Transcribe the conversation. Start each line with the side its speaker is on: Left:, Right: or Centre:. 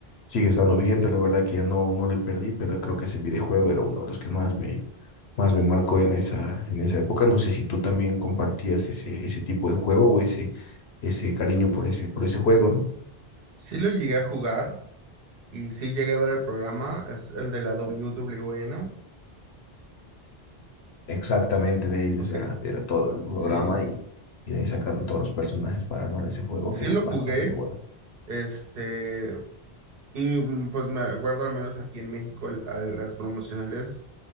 Left: sigue estando vigente. La verdad que ya no, no le perdí, pero creo que ese videojuego era uno de los que más me, más me marcó en esa, en esa época. No sé si tú también compartías ese, ese tipo de juego o ese, ese cariño por ese, por ese juego, ¿no?
Right: Sí lo llegué a jugar, Y sí llegué a ver el programa, es el de la w WWE, ¿no?
Left: Exactamente de ellos
Right: Ok,
Left: era, era todo el programa
Right: sí,
Left: y, y de ahí sacaron todos los personajes para armar ese juego
Right: sí
Left: que era
Right: lo
Left: bastante
Right: jugué,
Left: bueno.
Right: este, y mm, pues me acuerdo al menos aquí en México el- a las promocionales